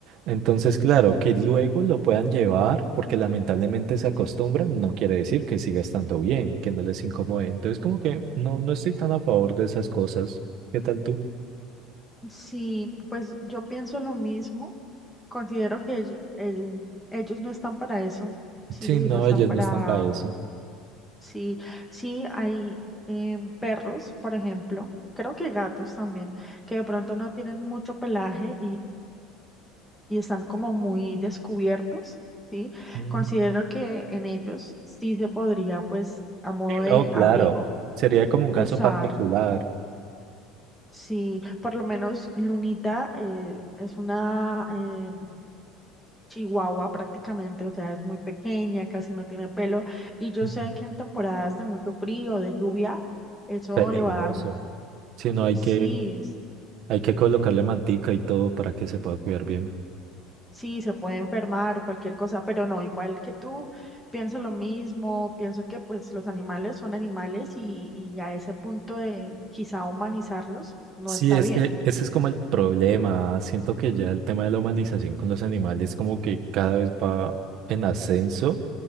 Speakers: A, on the right; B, in the centre.
A: Entonces, claro, que luego lo puedan llevar, porque lamentablemente se acostumbran, no quiere decir que siga estando bien, que no les incomode. Entonces, como que no, no estoy tan a favor de esas cosas. ¿Qué tal tú?
B: Sí, pues yo pienso lo mismo. Considero que ell- el- ellos no están para eso. Sí,
A: Sí, no,
B: no están
A: ellas
B: para...
A: no están para eso.
B: Sí, sí, hay em, perros, por ejemplo. Creo que gatos también, que de pronto no tienen mucho pelaje y están como muy descubiertos, ¿sí?
A: Mm.
B: Considero que en ellos sí se podría, pues, a modo
A: Sí,
B: de
A: no, claro.
B: abrigo,
A: Sería como un caso
B: usar,
A: particular.
B: sí, por lo menos Lunita eh, es una eh, chihuahua prácticamente, o sea, es muy pequeña, casi no tiene pelo, y yo
A: Ujú.
B: sé que en temporadas de mucho frío, de lluvia, eso
A: Peligroso.
B: le va a dar,
A: Si no, hay
B: sí.
A: que, hay que colocarle mantica y todo para que se pueda cuidar bien.
B: Sí, se puede enfermar o cualquier cosa, pero no, igual que tú, pienso lo mismo, pienso que pues los animales son animales y, y a ese punto de quizá humanizarlos no
A: Sí,
B: está
A: es
B: bien.
A: que ese es como el problema. Siento que ya el tema de la humanización con los animales como que cada vez va en ascenso